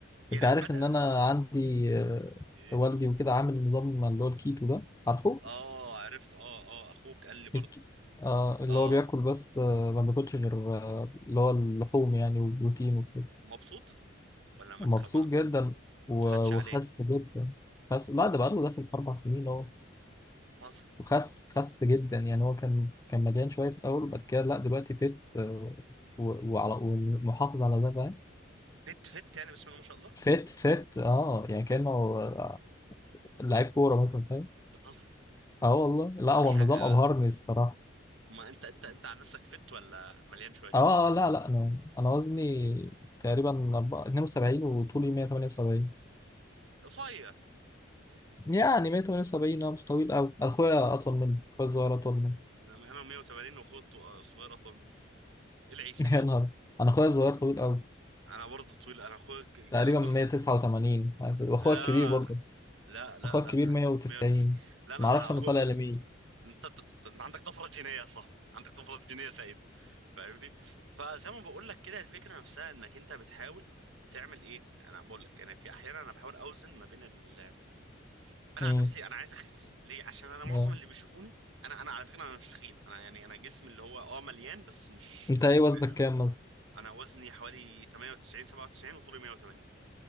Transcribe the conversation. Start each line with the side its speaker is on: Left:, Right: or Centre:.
Right: يعني
Left: انت عارف
Right: بدأ
Left: ان انا عندي آه،
Right: إيه؟
Left: والدي وكده عامل نظام اللي هو الكيتو ده عارفه
Right: اه عرفت اه اه اخوك قال لي برضو
Left: الك- آه اللي
Right: اه
Left: هو بياكل بس آه ما بياكلش غير آه اللي هو اللحوم يعني والبروتين وكده
Right: مبسوط ولا ما
Left: مبسوط
Right: تخ... ما,
Left: جدا و-
Right: ما خدش عليه
Left: وخس جدا خس لا ده بقاله داخل في اربع سنين اهو
Right: بتهزر
Left: وخس خس جدا يعني هو كان كان مليان شويه في الاول وبعد كده لا دلوقتي فت آه، و- وعلى ومحافظ على ده فاهم
Right: فت فت يعني بسم الله ما شاء الله
Left: فت فت اه يعني كانه آه، لعيب كوره مثلا فاهم
Right: بتهزر
Left: اه والله لا هو
Right: الحق
Left: النظام ابهرني الصراحه
Right: ما انت انت انت عن نفسك فت ولا مليان شويه
Left: اه آه، لا لا انا انا وزني تقريبا أربعة- 72 وطولي 178
Right: قصير
Left: يعني 178 اه مش طويل قوي اخويا اطول مني اخويا الصغير اطول مني
Right: انا 180 واخويا الط- الصغير اطول مني ايه العيشه
Left: <laughs>
Right: دي
Left: يا
Right: يا
Left: نهار
Right: صاحبي
Left: انا اخويا الصغير طويل قوي
Right: انا برضه طويل انا اخوك
Left: تقريبا
Right: اخوك
Left: 189 واخويا
Right: لا
Left: الكبير برضه
Right: لا لا
Left: اخوك
Right: لا
Left: كبير 190
Right: 190 لا انا
Left: ما اعرفش
Right: انا اخو
Left: انا طالع لمين
Right: انت انت أنت- أنت عندك طفره جينيه يا صاحبي عندك طفره جينيه سعيد فاهمني فزي ما بقول لك كده الفكره نفسها انك انت بتحاول تعمل ايه انا بقول لك انا في احيانا انا بحاول اوزن ما بين ال... انا
Left: امم
Right: عن نفسي انا عايز اخس ليه عشان انا معظم
Left: اه
Right: اللي بيشوفوني انا انا على فكره انا مش تخين انا يعني انا جسمي اللي هو اه مليان بس مش
Left: انت ايه وزنك
Right: م-
Left: كام مثلا
Right: انا وزني حوالي 98 97 وطولي 180